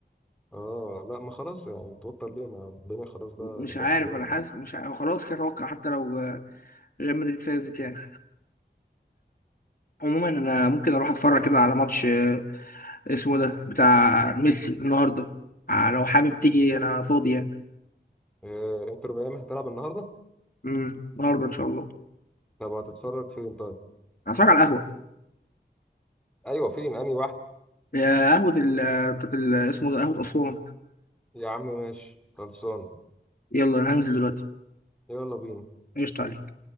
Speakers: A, in the centre; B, on the left.
A: اه لا ما خلاص يعني توتر ليه ما الدنيا خلاص بقى
B: مش
A: لبرشلونة
B: عارف انا حاسس
A: يعني
B: مش عارف. خلاص كده اتوقع حتى لو ريال مدريد فازت يعني عموما انا ممكن اروح اتفرج كده على ماتش آه، اسمه ده بتاع ميسي النهارده آه، لو حابب تيجي انا فاضي يعني
A: إيه انتر ميامي هتلعب النهاردة
B: مم، النهارده ان شاء الله
A: طب هتتفرج فين طيب
B: هتفرج على القهوه
A: ايوه فين انهي واحد
B: يا قهوة ال بتاعت ال- اسمه ده قهوة أسوان
A: يا عم ماشي خلصان
B: يلا أنا هنزل دلوقتي
A: يلا بينا
B: قشطة عليك